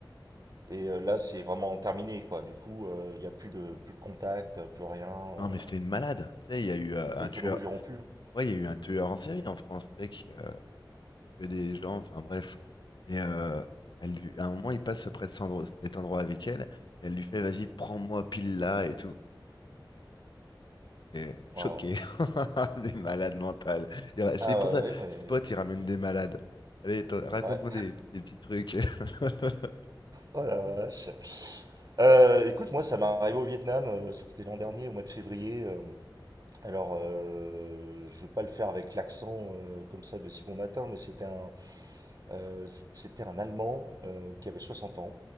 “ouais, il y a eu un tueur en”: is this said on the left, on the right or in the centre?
Left